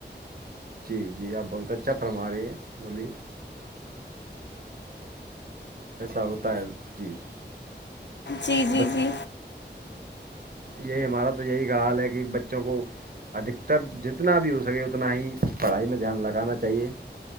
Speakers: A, on the right; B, on the left.
A: جی جی آپ بہت اچھا فرما رہی ہیں بولیے ایسا ہوتا ہے جی
B: جی جی
A: بچ
B: جی
A: یہی ہمارا تو یہی حال ہے کی بچوں کو ادھکتر جتنا بھی ہو سکے اتنا ہی پڑھائی میں دھیان لگانا چاہیے